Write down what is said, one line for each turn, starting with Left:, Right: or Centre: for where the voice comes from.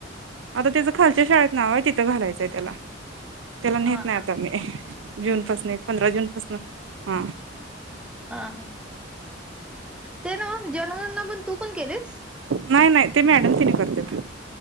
Right: आता तेज खालच्या शाळेत नाव आहे तिथं घालायचंय त्याला. त्याला नेत
Centre: हा
Right: नाही
Centre: हा
Right: आता
Centre: हा
Right: मी जून पासून पंधरा जून पासून हा.
Centre: अ हा ते ना जनगांना पण तू पण केले
Right: नाही नाही ते मॅडम तिने करते